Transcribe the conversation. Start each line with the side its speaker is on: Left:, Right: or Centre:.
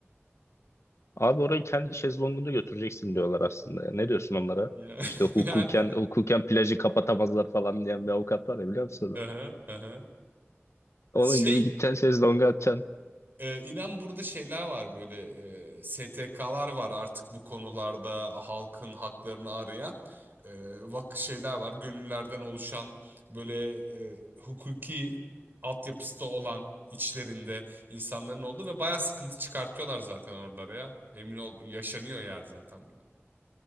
Left: Abi orayı kendi şezlongunda götüreceksin diyorlar aslında. Ne diyorsun onlara?
Right: Ya, <laughs>
Left: İşte hukuken,
Right: yani.
Left: hukuken plajı kapatamazlar falan diyen bir avukat var ya biliyor musun? onu?
Right: Aha, aha.
Left: Onun
Right: Şey
Left: gibi gideceksin şezlonga atacaksın.
Right: Ee, inan burada şeyler var böyle e, STK'lar var artık bu konularda halkın haklarını arayan e, vak şeyler var gönüllerden oluşan böyle e, hukuki altyapısı da olan içlerinde insanların olduğu ve baya sıkıntı çıkartıyorlar zaten oralara ya emin ol yaşanıyor ya zaten bunlar.